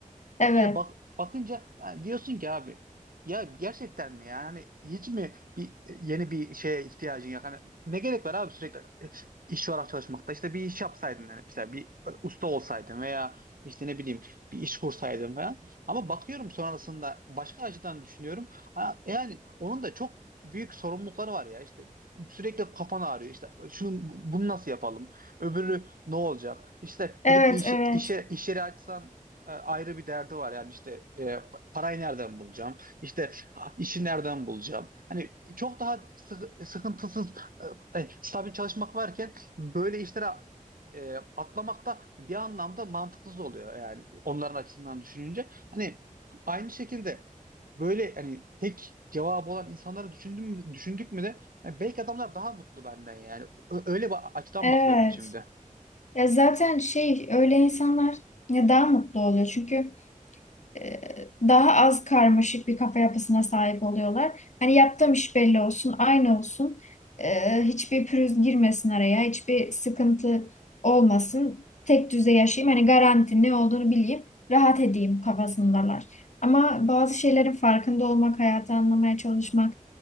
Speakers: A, on the right; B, on the left.
A: Ba-
B: evet,
A: şey bak bakınca yani diyorsun ki abi ya gerçekten mi yani hani hiç mi bir e, yeni bir şeye ihtiyacın yok hani ne gerek var abi sürekli e, iş olarak çalışmakta işte bir iş yapsaydın yani mesela bir e, usta olsaydın veya işte ne bileyim bir iş kursaydın falan ama bakıyorum sonrasında başka açıdan düşünüyorum Ha, yani onun da çok büyük sorumlulukları var ya işte sürekli kafan ağrıyor işte şunu bunu nasıl yapalım öbürü ne olacak işte
B: evet,
A: gidip bir iş,
B: evet,
A: işe iş yeri açsan e, ayrı bir derdi var. Yani işte e, pa- parayı nereden bulacağım? İşte ha, işi nereden bulacağım? Hani çok daha sıkı- sıkıntısız, e, e, stabil çalışmak varken böyle işlere e, atlamak da bir anlamda mantıksız oluyor yani onların açısından düşününce. Hani aynı şekilde böyle hani tek cevabı olan insanları düşündüm mü- düşündük mü de yani belki adamlar daha mutlu benden yani. Ö- öyle bir açıdan
B: evet.
A: bakıyorum şimdi.
B: Ya zaten şey öyle insanlar ya daha mutlu oluyor. Çünkü e, daha az karmaşık bir kafa yapısına sahip oluyorlar. Hani yaptığım iş belli olsun, aynı olsun. E, hiçbir pürüz girmesin araya, hiçbir sıkıntı olmasın. Tek düze yaşayayım. Hani garanti ne olduğunu bileyim, rahat edeyim kafasındalar. Ama bazı şeylerin farkında olmak, hayatı anlamaya çalışmak,